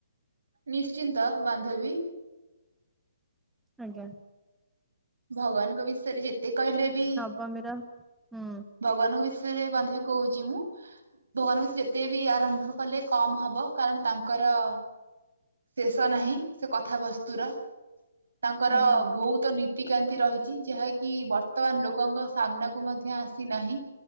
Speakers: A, on the right; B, in the centre.
A: ନିଶ୍ଚିନ୍ତ ବାନ୍ଧବୀ
B: ଆଜ୍ଞା।
A: ଭଗବାନଙ୍କ ବିଷୟରେ ଯେତେ କହିଲେ ବି
B: ବା ମେରା ହୁଁ
A: ଭଗବାନଙ୍କ ବିଷୟରେ ବାନ୍ଧବୀ କହୁଚି ମୁଁ। ଭଗବାନ କୁ ଯେତେ ବି ଆରମ୍ଭ କଲେ କମ ହବ କାରଣ ତାଙ୍କର ଶେଷ ନାହିଁ, ସେ କଥାବସ୍ତୁର ତାଙ୍କର
B: ଆଜ୍ଞା
A: ଭଉତ ନି ତିକାନ୍ତି ରହିଚି। ଯାହାକି ବର୍ତ୍ତମାନ ଲୋକଙ୍କ ସାମ୍ନାକୁ ମଧ୍ୟ ଆସି ନାହିଁ।